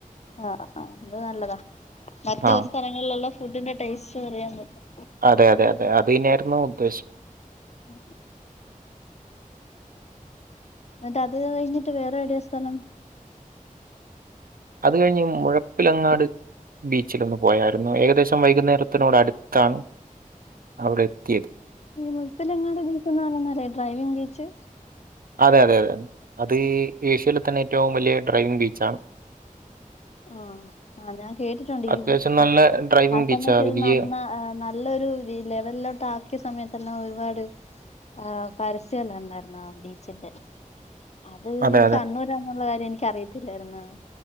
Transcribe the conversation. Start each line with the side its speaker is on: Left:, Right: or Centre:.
Left: ആഹ് അത് നല്ലതാ മറ്റേ
Right: ആഹ്
Left: ഒര് സ്ഥല ങ്ങൾള്ള ഫുഡിന്റെ ടേസ്റ്റും അറിയാം പറ്റും
Right: അതെ അതെ അതെ അത് തന്നെയായ്ര്ന്നു ഉദ്ദേശ്
Left: ഉ ന്നട്ട് അത് കഴിഞ്ഞിട്ട് വേറെവിടെയാ സ്ഥലം
Right: അത് കഴിഞ്ഞ്ങ്ങ് മുഴപ്പിലങ്ങാട് ബീച്ചിലൊന്ന് പോയായ്ര്ന്നു ഏകദേശം വൈക്ന്നേരത്തിനോട് അട്ത്താണ് അവ്ടെ എത്ത്യേ
Left: ഈ മുഴ്പ്പിലങ്ങാട് ബീച്ചെന്ന് പറയ്ന്നല്ലേ ഡ്രൈവിംഗ് ബീച്ച്
Right: അതെ അതെ അതെ അത് ഏഷ്യേലെ തന്നെ ഏറ്റവും വലിയെ ഡ്രൈവിംഗ് ബീച്ചാണ്
Left: ആഹ് ആഹ് ഞാൻ കേട്ടിട്ടുണ്ട്
Right: അത്യാവശ്യം
Left: ഈ
Right: നല്ല
Left: പ
Right: ഡ്രൈവിംഗ്
Left: ആ
Right: ബീച്ചാ
Left: സമയത്ത് ഇത്
Right: വലിയ
Left: നന്നാ ഏഹ് ന ല്ലൊരു ഈ ലെവൽലോട്ട് ആക്കിയ സമയത്തെല്ലാം ഒരുപാട് ആഹ് പരസ്യെല്ലാംണ്ടായ്‌ര്ന്നാ ബീച്ചിന്റെ അത്
Right: അതെ
Left: ഈ
Right: അതെ
Left: കണ്ണൂരാന്ന്ള്ള കാര്യം എനിക്കറിയത്തില്ലാര്ന്ന്